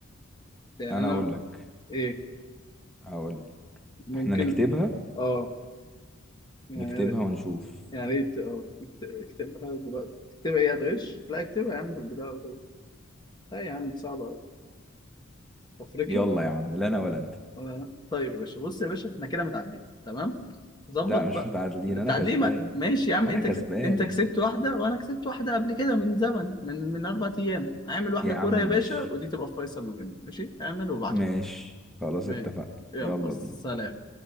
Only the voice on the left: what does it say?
يعني
أنا
إيه
ممكن
آه يعني
يعني
يا ريت اه اكت- اكتبها دلوقتي تكتبها ايه هتغش؟ لا اكتبها يا عم في البتاع على طول. لا يا عم دي صعبة أوي أفريقيا
ولا أنا؟ طيب يا باشا بص يا باشا احنا كده متعادلين تمام؟ ظبط
بقى
التعادلين
ما- ماشي يا عم
انت
كس... انت كسبت واحدة وأنا كسبت واحدة قبل كده من زمن من من أربع أيام اعمل واحدة
كورة
يا باشا ودي تبقى فيصل ما بيننا ماشي؟ اعمل وابعت
لي.
يلا
سلام